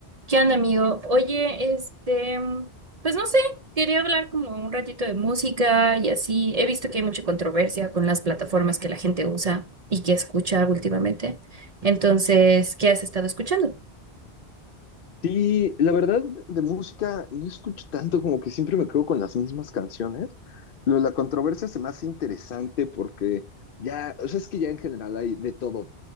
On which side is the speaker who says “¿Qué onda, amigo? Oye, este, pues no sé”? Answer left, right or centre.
Right